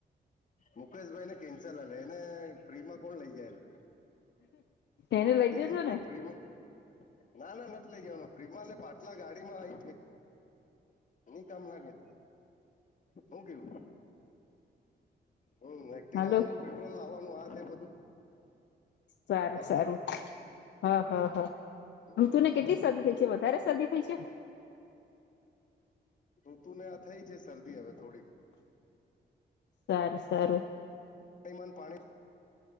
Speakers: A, on the left; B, on the left.
A: મુકેશભાઈને કેન્સલ હલે એને ફ્રી માં કોણ લઈ જાય.
B: એને લઈ
A: બિલકુલ
B: જજો ને
A: ફ્રીમાં ના ના નથી લઇ જવાનું ફીમા ને પાટલા ગાડીમા <inaudible> હું કામ લાગે હું કેવું હમ એક્ટિવા
B: હાલો
A: નું પેટ્રોલ લાવવાનું આ તે બધું.
B: સારું
A: બરોબર
B: સારું હ હ હા
A: હમ
B: ઋતુ ને કેટલી સદી થઈ ગઇ કે વધારે શરદી થઈ છે.
A: ઋતુ ને આ થઈ છે શરદી હવે થોડીક
B: સારું સારું.
A: માં પાણી